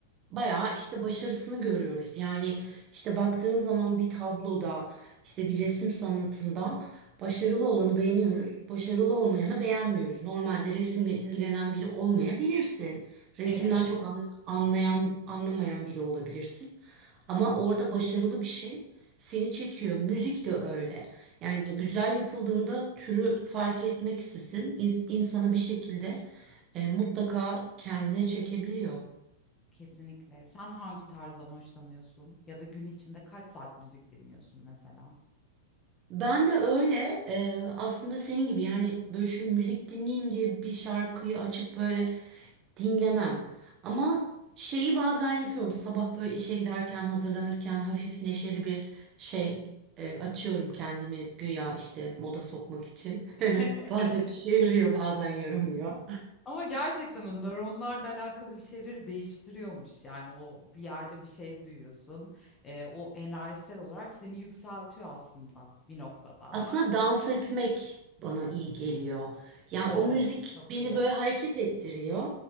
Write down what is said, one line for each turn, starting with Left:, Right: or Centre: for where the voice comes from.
Right: bayağı işte başarısını görüyoruz. Yani işte baktığın zaman bir tabloda işte bir resim sanatında başarılı olanı beğeniyoruz. Başarılı olmayanı beğenmiyoruz. Normalde resimle ilgilenen biri olmayabilirsin. Resimden
Left: E, evet,
Right: çok an- anlayan anlamayan biri olabilirsin. Ama orada başarılı bir şey seni çekiyor. Müzik de öyle. Yani güzel yapıldığında türü fark etmeksizin ins- insanı bir şekilde e, mutlaka kendine çekebiliyor.
Left: kesinlikle. Sen hangi tarzdan hoşlanıyorsun ya da gün içinde kaç saat müzik dinliyorsun mesela?
Right: Ben de öyle e, aslında senin gibi yani böyle şu müzik dinleyeyim diye bir şarkıyı açıp böyle dinlemem. Ama şeyi bazen yapıyorum sabah böyle işe giderken hazırlanırken hafif neşeli bir şey e, açıyorum kendimi güya işte moda sokmak için.
Left: <laughs>
Right: <laughs> Bazen işe yarıyor bazen yaramıyor.
Left: Ama gerçekten o nöronlarla alakalı bir şeyleri değiştiriyormuş. Yani o bir yerde bir şey duyuyorsun. e, o enerjisel olarak seni yükseltiyor aslında bir noktada ama.
Right: Aslında dans etmek bana iyi geliyor. Yani
Left: Oo,
Right: o müzik
Left: çok
Right: beni
Left: iyi.
Right: böyle hareket ettiriyor.